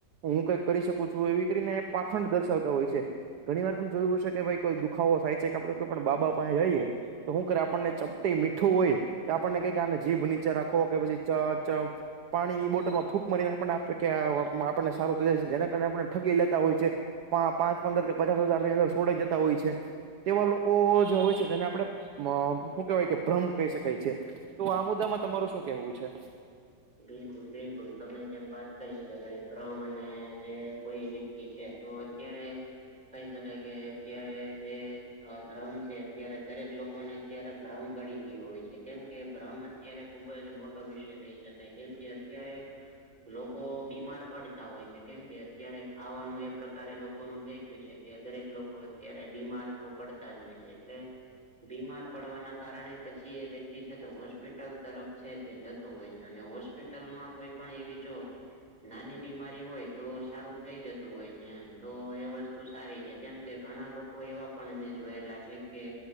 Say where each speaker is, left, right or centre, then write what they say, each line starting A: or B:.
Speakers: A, on the right; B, on the right.
A: હું કઈક કરી શકું છું એવી કરીને પાખંડ દર્શાવતા હોય છે ઘણી વાર તમ જોયું છે કે ભાઈ કોઈ દુખાવો થાય છે કે આપડે કોઈ પણ બાબા પાસે જઈએ તો શું કરે આપણને ચપટી મીઠું હોય આપણને કઈ કે આને જીભ નીચે રાખો કે પછી ચ પાણી ની બોટલ માં ફૂકરીને આપને આપ કે આપણને સારું થ એટલે આપણે ઠગી લેતા હોય છે. પા પાંચ પંદર કે પચાસ હજારની અંદર છોડાઈ જતા હોય છે. તેવા લોકો જે હોય છે જેને આપણે હું કેવાય કે ભ્રમ કહી શકાય છે. તો આ મુદ્દામાં તમારું શું કહેવું છે?
B: બિલકુલ બિલકુલ. તમે જેમ વાત કરી કે ભાઈ ભ્રમ અને જે કોઈ વ્યક ક્તિ છે તો અત્યારે કહી શકાય કે અત્યારે જે અ ભ્રમ છે અત્યારે દરેક લોકોને અત્યારે ભ્રમ ગડી ગયું હોય છે. કેમ કે ભ્રમ અત્યારે ખુબ જ મોટો વિષય કહી શક કાય કેમ કે અત્યારે લોકો બીમાર પડતા હોય છે. કેમ કે અત્યારે ખાવાનું એ પ્રકારે લોકોનું થઈ ગયું છે. કે દરેક લોકો અત્યારે બીમાર તો પડતા જ હોય છે. એટલે બીમાર પડવાના કારણે પછી એ વ્યક્તિ છે તે હોસ્પિટલ તરફ છે તે જતો હોય છ છે અને હોસ્પિટલમાં કોઈ પણ એવી જો નાની બીમારી હોય તો સારું થઈ જતું હોય છે એમ. તો એ વસ્તુ સારી છે. કેમ કે ઘણા લોકો એવા પણ મેં જોયેલા છે. કે